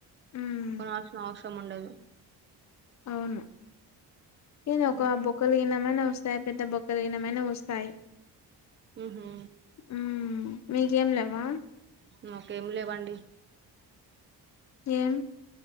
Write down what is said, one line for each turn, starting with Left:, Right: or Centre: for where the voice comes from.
Left: ఉమ్
Right: కొనాల్సిన అవసరం ఉండదు
Left: అవును ఎదో ఒక
Right: ఉమ్
Left: ఆ బొక్కలు గిన్న ఎమన స్తాయి పెద్ద బొక్క దిగినమైనా వస్తాయి
Right: ఉహు
Left: ఉమ్ మీకేం లెవ్వ
Right: మకేమి లేవండి
Left: ఏం